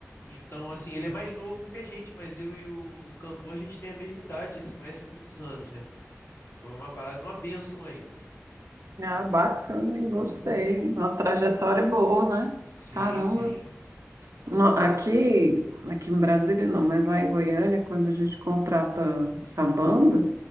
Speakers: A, on the left; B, on the right.
A: Então, assim, ele é mais novo do que a gente, mas eu e o, o cantor, a gente tem a mesma idade, já se conhece há muitos anos, né? Foi uma parada, uma bênção aí.
B: Ah, bacana, hein? gostei. Uma trajetória boa, né?
A: Sim,
B: Caramba.
A: sim.
B: No- aqui, aqui em Brasília não, mas lá em Goiânia, quando a gente contrata a banda,